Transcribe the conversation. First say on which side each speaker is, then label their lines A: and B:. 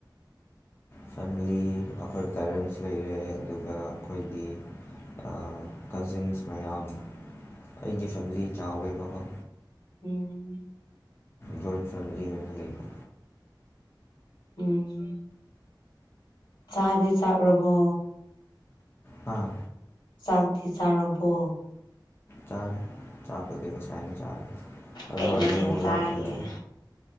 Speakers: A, on the left (about 30°); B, on the left (about 75°).
A: ꯐꯦꯃꯤꯂꯤ ꯑꯩꯈꯣꯏ ꯄꯦꯔꯦꯟꯁ ꯂꯩꯔꯦ ꯑꯗꯨꯒ ꯑꯩꯈꯣꯏꯒꯤ ꯑ ꯀꯖꯤꯟꯁ ꯃꯌꯥꯝ ꯑꯩꯒꯤ ꯐꯦꯃꯤꯂꯤ ꯆꯥꯎꯋꯦꯕꯀꯣ
B: ꯎꯝ
A: ꯖꯣꯏꯟꯠ ꯐꯦꯃꯤꯂꯤ ꯑꯣꯏꯅ ꯂꯩꯕ
B: ꯎꯝ ꯆꯥꯗꯤ ꯆꯥꯛꯔꯕꯣ
A: ꯑꯥ
B: ꯆꯥꯛꯇꯤ ꯆꯥꯔꯕꯣ
A: ꯆꯥꯔꯦ ꯆꯥꯛꯄꯨꯗꯤ ꯉꯁꯥꯏꯅ ꯆꯥꯔꯦ ꯑꯗꯣ
B: ꯀꯩ
A: ꯍꯧꯖꯤꯛ
B: ꯃꯊꯦꯜ
A: ꯑꯃꯨꯛ
B: ꯆꯥꯔꯒꯦ
A: ꯂꯥꯝꯈꯠꯂꯛꯑꯦ